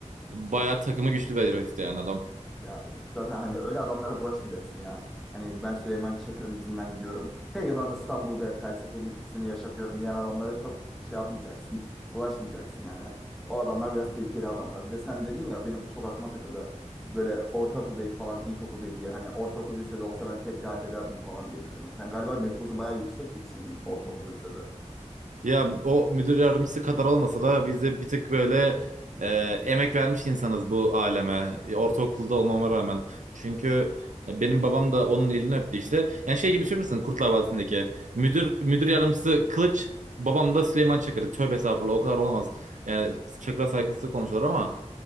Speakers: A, on the right (about 85°); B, in the centre.
A: bayağı takımı güçlü bir herifti yani adam.
B: Ya zaten hani öyle adamlara bulaşmayacaksın ya. Hani ben Süleyman Çakır'ın izinden gidiyorum. Hey yılan İstanbul be felsefesini yaşatıyorum diyen adamlara çok şey yapmayacaksın. Bulaşmayacaksın yani. O adamlar biraz tehlikeli adamlar. Bir de sen dedin ya benim çok aklıma takıldı. Böyle ortaokuldayız falan ilkokuldayız diye. Hani ortaokul lisede olsa ben tek de hallederdim falan diye dedim. Sen galiba nüfuzu bayağı yüksek birisiydin ortaokul lisede.
A: Ya o müdür yardımcısı kadar olmasa da biz de bir tık böyle e, emek vermiş insanız bu aleme. E, Ortaokulda olmama rağmen. Çünkü e, benim babam da onun elini öptü işte. Yani şey gibi düşünür müsün Kurtlar Vadisi'ndeki. Müdür müdür yardımcısı Kılıç, babam da Süleyman Çakır'ı. Tövbe estağfurullah o kadar olamaz. Yani Çakır'a saygısızlık olmuşlar ama